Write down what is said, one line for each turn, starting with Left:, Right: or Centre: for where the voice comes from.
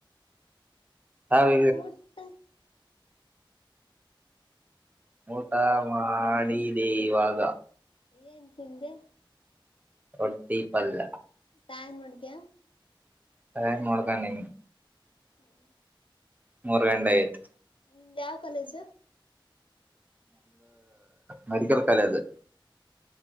Right: ಹಾವ
Left: ಊಟ
Right: ಊಟ ಮಾಡಿದೆ ಇವಾಗ
Left: ಏನ್ ತಿಿಂದೆ
Right: ಒಡ್ಟ್ಟೀಪಲ್ಲ
Left: ಟಾಯಂ್ ನೋಡಿಕ
Right: ಸಾಯ್ ಮೋಡ್ಗಾನ
Left: ಹ್ಮ್
Right: ಮೂರು ಗಂಡ ಆಯತು
Left: ನಿ ಯಾವ ಕಾಲೇಜ
Right: ಮೆಡಿಕಲ್ ಕಾಲೇಜ್